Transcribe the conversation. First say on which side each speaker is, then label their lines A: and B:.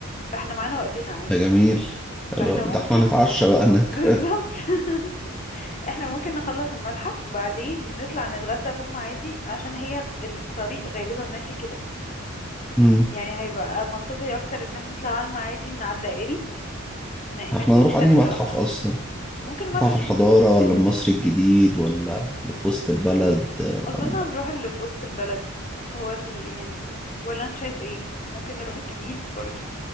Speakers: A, on the left; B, in the centre.
A: فاحنا معانا وقتنا عادي
B: ده جميل حلو
A: فاحنا ممكن
B: ده احنا نتعشى بقى
A: <laughs>
B: انك
A: بالظبط <laughs> احنا ممكن نخلص المتحف بعدين نطلع نتغدى في المعادي عشان هي الطريق غالبا ماشي كده
B: امم
A: يعني هيبقى منطقي اكتر ان احنا نطلع على المعادي من على الدائري من
B: <clears throat> احنا
A: السيتي
B: نروح انهي
A: سنتر
B: متحف
A: اصلا
B: اصلا
A: ممكن المتحف
B: متحف الحضارة ولا المصري الجديد ولا اللي في وسط البلد
A: اظن
B: ولا
A: هنروح اللي في وسط البلد هو اللي يعني ولا انت شايف ايه ممكن نروح الجديد برضو